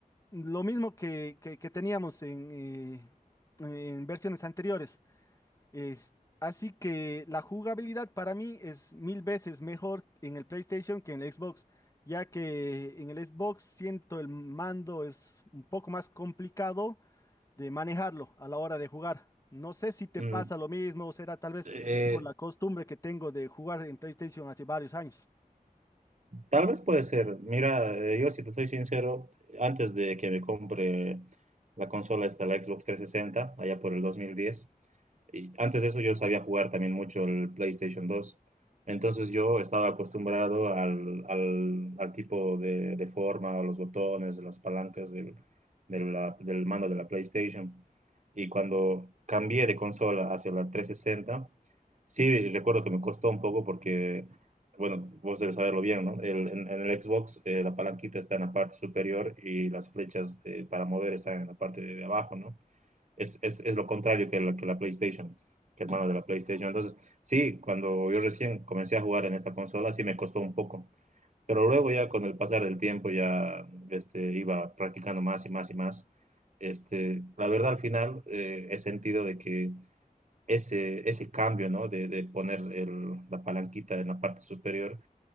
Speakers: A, on the left (about 20°); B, on the right (about 50°).
A: lo mismo que, que- que teníamos en, eh, en versiones anteriores. Es- así que la jugabilidad para mí es mil veces mejor en el PlayStation que en el Xbox. ya que en el Xbox siento el mando es un poco más complicado de manejarlo a la hora de jugar. No sé si te
B: Mm,
A: pasa lo mismo, o será tal vez
B: eh,
A: por la costumbre que tengo de jugar en PlayStation hace varios años.
B: tal vez puede ser. Mira, eh, yo si te soy sincero, antes de que me compre la consola esta, la Xbox 360, allá por el 2010, Y antes de eso yo sabía jugar también mucho el PlayStation 2. Entonces yo estaba acostumbrado al, al, al tipo de, de forma, a los botones, a las palancas del, del, la- del mando de la PlayStation. Y cuando cambié de consola hacia la 360, sí recuerdo que me costó un poco porque, bueno, vos debes saberlo bien, ¿no? El- en, en el Xbox eh, la palanquita está en la parte superior y las flechas eh, para mover están en la parte de abajo, ¿no? es, es, es lo contrario que la, que la PlayStation, que hermano de la PlayStation. Entonces, sí, cuando yo recién comencé a jugar en esta consola, sí me costó un poco, pero luego ya con el pasar del tiempo ya este, iba practicando más y más y más. Este, la verdad al final eh, he sentido de que ese, ese cambio ¿no? de, de poner el, la palanquita en la parte superior